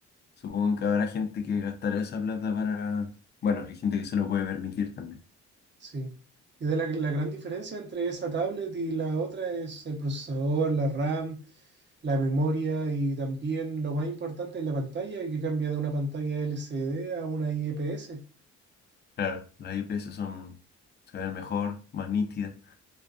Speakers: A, on the left; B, on the right.
A: supongo que habrá gente que gastará esa plata para... Bueno, hay gente que se lo puede permitir también.
B: Sí. Y de la, la gran diferencia entre esa tablet y la otra es el procesador, la RAM, la memoria y también lo más importante es la pantalla que cambia de una pantalla LCD a una IPS.
A: Claro, las IPS son, se ven mejor, más nítidas.